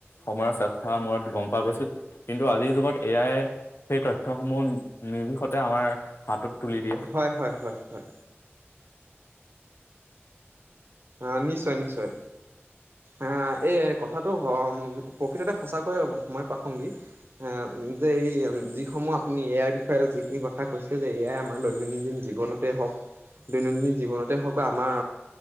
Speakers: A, on the left; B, on the right.
A: সময়ৰ চেষ্টা মূৰত গম পোৱা গৈছো কিন্তু আজিৰ যুগত এ আইয়ে সেই তথ্যসমূহ নিৰ্বিষতে আমাৰ হাতত তুলি দিয়ে
B: হয় হয় হয় হয় আহ নিশ্চয় নিশ্চয় আহ এই কথাটো প্ৰকৃততে সঁচাকৈ সময় প্ৰাসংগিক আহ যে এই যিসমূহ আপুনি ইয়াৰ বিষয়ে যিখিনি কথা কথা কৈছে যে এয়াই আমাৰ দৈননন্দিন জীৱনতে হওক দৈনন্দিন জীৱনতে হওক বা আমাৰ